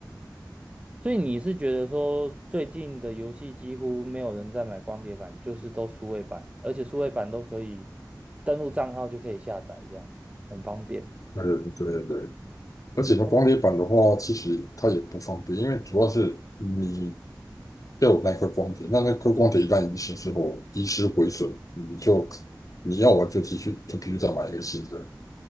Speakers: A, on the right (about 15°); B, on the left (about 50°).
A: 所以你是觉得说最近的游戏几乎没有人在买光碟版，就是都数位版，而且数位版都可以登录账号就可以下载，这样很方便。
B: 对对对，
A: 嗯
B: 而且它光碟版的话，其实它也不方便，因为主要是你要有那颗光碟，那那颗光碟一旦遗失之后，遗失毁损，你就你要玩就继续就必须再买一个新的。